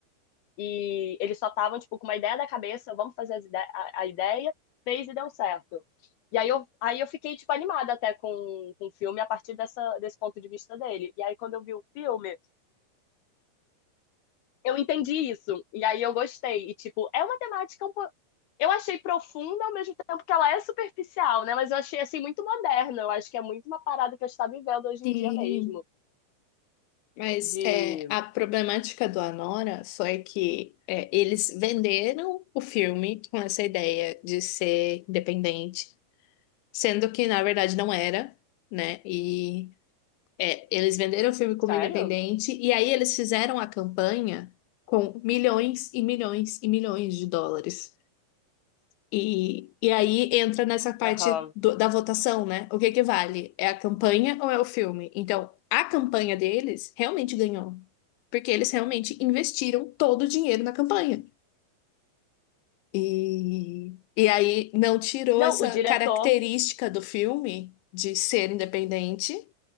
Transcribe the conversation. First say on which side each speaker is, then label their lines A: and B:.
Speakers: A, on the left; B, on the left.
A: E eles só estavam, tipo, com uma ideia na cabeça, vamos fazer as ide- a, a ideia, fez e deu certo. E aí eu, aí eu fiquei, tipo, animada até com, com o filme a partir dessa, desse ponto de vista dele. E aí quando eu vi o filme, eu entendi isso. E aí eu gostei. E, tipo, é uma temática um po- Eu achei profunda ao mesmo tempo que ela é superficial, né? Mas eu achei, assim, muito moderna. Eu acho que é muito uma parada que a gente tá vivendo hoje
B: Sim.
A: em dia mesmo.
B: Mas
A: De...
B: é, a problemática do Anora só é que é, eles venderam o filme com essa ideia de ser independente, sendo que na verdade não era, né? E é, eles venderam o filme como
A: Sério?
B: independente, e aí eles fizeram a campanha com milhões e milhões e milhões de dólares. E, e aí entra nessa parte
A: Aham.
B: do- da votação, né? O que que vale? É a campanha ou é o filme? Então, a campanha deles realmente ganhou, porque eles realmente investiram todo o dinheiro na campanha. E, e aí não tirou
A: Não,
B: essa
A: o diretor...
B: característica do filme de ser independente